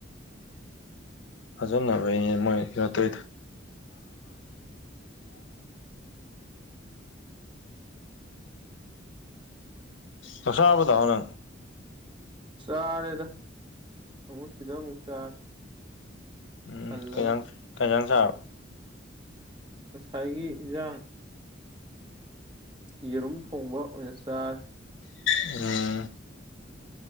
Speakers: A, on the left; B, on the right.
A: ꯐꯖꯅꯕꯅꯦ ꯃꯣꯏꯠꯇꯗ ꯀꯁꯥꯕꯗ ꯍꯅ
B: ꯆꯥꯔꯦꯗ ꯑꯃꯨꯛ ꯁꯤꯗ ꯑꯃꯨꯛ ꯆꯥꯔꯦ
A: ꯎꯝ
B: ꯍꯜꯂꯒ
A: ꯀꯩꯌꯥ ꯀꯩꯌꯥꯡ ꯆꯥꯕ
B: ꯉꯁꯥꯏꯒꯤ ꯏꯟꯁꯥꯡ ꯌꯦꯔꯨꯝ ꯊꯣꯡꯕ ꯑꯣꯏꯅ ꯆꯥ
A: ꯎꯝ